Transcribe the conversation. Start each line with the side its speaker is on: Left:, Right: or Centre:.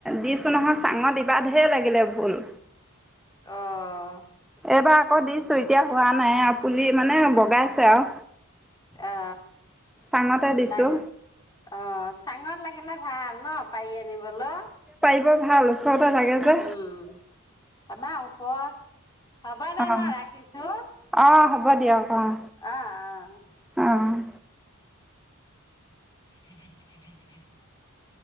Centre: দিছোঁ নহয় চাঙত ইবাদহেৰ লাগিলে ভুল।
Left: অহঁ।
Centre: এইবাৰ আকৌ দিছো এতিয়া হোৱা নাই আৰু পুলি মানে বগাইছে আৰু।
Left: অ
Centre: চাঙতে দিছোঁ
Left: ডাং অ চাঙৰ লাগিলে। ভাল নপ। পৰি আনিবলৈ।
Centre: ব ভাল। লাগে যে।
Left: উম আমাৰ ওপৰত। হ'ব দে
Centre: অঁ
Left: ন ৰাখিছো,
Centre: অঁ হ'ব দিয়ক অঁ
Left: অহ অহ।
Centre: অঁ
Left: <unintelligible>